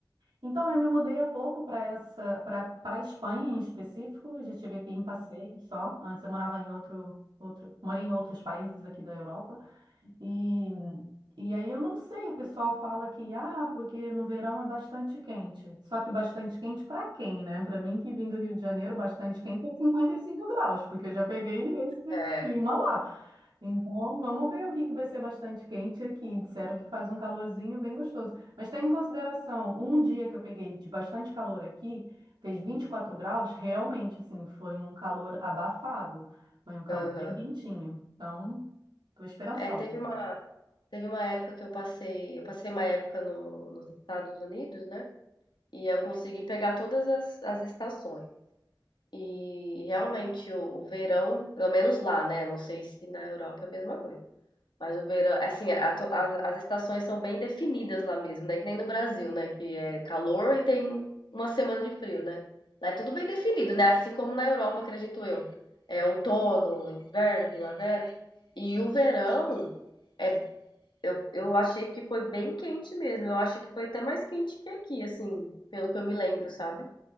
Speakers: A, on the right; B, on the left.
A: Então, eu me mudei há pouco para essa, para para a Espanha em específico. Já estive aqui em passeio só. Antes eu morava em outro, outro, morei em outros países aqui da Europa. E, e aí eu não sei, o pessoal fala que ah, porque no verão é bastante quente. Só que bastante quente para quem, né? Para mim que vim do Rio de Janeiro, bastante quente é 55 graus, porque eu já peguei esse
B: É,
A: clima lá. Então, vamos ver o que que vai ser bastante quente aqui. Disseram que faz um calorzinho bem gostoso. Mas tendo em consideração, um dia que eu peguei de bastante calor aqui, fez 24 graus, realmente, assim, foi um calor abafado. Foi um calor
B: aham.
A: bem quentinho. Então, estou esperançosa.
B: É, teve uma, teve uma época que eu passei, eu passei uma época no, nos Estados Unidos, né? E eu consegui pegar todas as, as estações. E realmente o, o verão, pelo menos lá, né? Não sei se na Europa é a mesma coisa. Mas o verão, é assim, a to- as, as estações são bem definidas lá mesmo, né? Que nem no Brasil, né? Que é calor e tem uma semana de frio, né? Lá é tudo bem definido, né? Assim como na Europa, acredito eu. É outono, inverno, primavera. E o verão, é, eu, eu achei que foi bem quente mesmo. Eu acho que foi até mais quente que aqui, assim, pelo que eu me lembro, sabe?